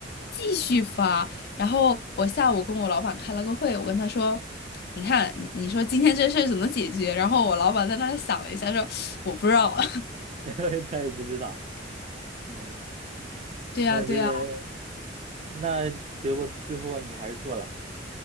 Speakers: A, on the left; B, on the right.
A: 继续发。然后我下午跟我老板开了个会，我跟他说：“你看，你你说今天这事儿怎么解决？”然后我老板在那想了一下，说：“我不知道。<laughs>”
B: <laughs> 他也不知道。嗯，
A: 对呀，
B: 那这，
A: 对呀，
B: 那结果最后你还是做了，